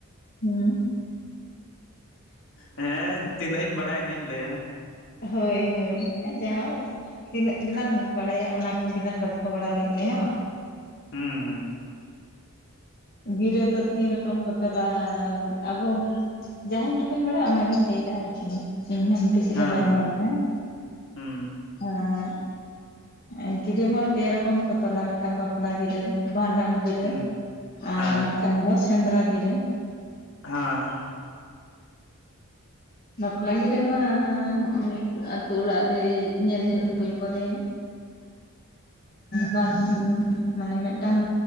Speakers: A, on the left; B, on the left.
A: ᱦᱮᱸ
B: ᱦᱮᱸ ᱛᱤᱱᱟᱹᱜ ᱤᱧ ᱵᱟᱲᱟᱭᱟ ᱤᱱᱟᱹᱜ ᱤᱧ ᱞᱟᱹᱭᱟ ᱾
A: ᱦᱳᱭ, ᱦᱳᱭ, ᱡᱟᱦᱟᱸ ᱾ ᱛᱤᱱᱟᱹᱜ ᱜᱮᱞᱟᱝ ᱵᱟᱲᱟᱭᱟ, ᱚᱱᱟ ᱠᱚᱜᱮᱞᱟᱝ ᱜᱚᱞᱯᱷᱚ ᱵᱟᱲᱟ ᱞᱮᱜ ᱜᱮᱭᱟ ᱦᱮᱸ ᱵᱟᱝ?
B: ᱦᱩᱸ ᱦᱩᱸ
A: ᱚ ᱜᱤᱨᱟ. ᱫᱚ ᱛᱤᱱ ᱨᱚᱠᱚᱢ ᱠᱚ? ᱛᱟᱞᱟ ᱟᱵᱚ ᱡᱟᱦᱟᱸᱧ ᱴᱩᱠᱩᱧ ᱵᱟᱲᱟᱭᱟ, ᱚᱱᱟᱜᱤᱧ ᱞᱟᱹᱭᱫᱟ ᱟᱨᱠᱤ ᱤᱧ ᱦᱚᱸ ᱜᱤᱨᱟᱹ
B: ᱦᱮᱸ
A: ᱵᱟᱹᱧ
B: ᱦᱮᱸ
A: ᱵᱟᱲᱟᱭᱟ,
B: ᱦᱩᱸ
A: ᱚᱸ ᱩᱢ, ᱜᱤᱨᱟᱹ ᱢᱟ ᱯᱮ ᱨᱚᱠᱚᱢ ᱠᱚ ᱛᱚᱞᱟ, ᱢᱤᱜᱴᱟᱝ ᱵᱟᱯᱞᱟ ᱜᱤᱨᱟᱹ, ᱵᱷᱟᱸᱰᱟᱱ ᱜᱤᱨᱟᱹ,
B: ᱦᱩᱸ
A: ᱟᱨ
B: ᱦᱮᱸ
A: ᱢᱤᱜᱴᱟᱝ ᱫᱚ ᱥᱮᱸᱫᱽᱨᱟ ᱜᱤᱨᱟᱹ ᱾
B: ᱦᱟᱸ,
A: ᱵᱟᱯᱞᱟ ᱜᱤᱨᱟᱹ ᱢᱟ ᱦᱚᱜᱼᱚᱭ, ᱟᱛᱳ ᱚᱲᱟᱜ ᱨᱮ ᱧᱮᱞ, ᱧᱮᱞ ᱧᱮᱞ ᱦᱳᱭ ᱯᱚᱨᱮ ᱵᱟᱝ ᱢᱟᱱᱮ ᱢᱤᱜᱴᱟᱝ